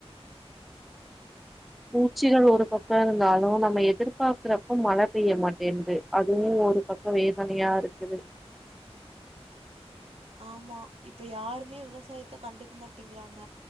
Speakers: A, in the centre; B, on the right.
A: பூச்சிகள் ஒரு பக்கோ இருந்தாலு நம்ம எதிர்பாக்கறப்ப மழ பெய்ய மாட்டேன்து அதுவு ஒரு பக்கோ வேதனையா இருக்குது
B: ஆமா இப்ப யாருமே விவசாயத்த கண்டுக்க மாட்டேங்கிறாங்க